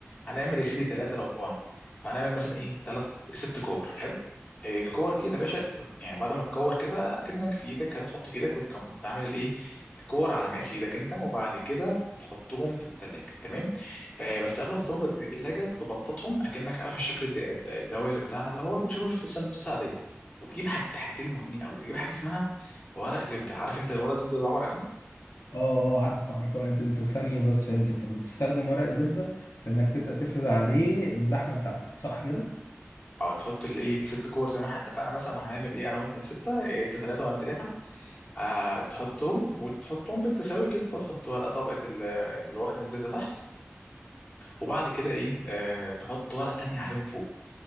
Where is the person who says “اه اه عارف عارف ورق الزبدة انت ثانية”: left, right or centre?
Left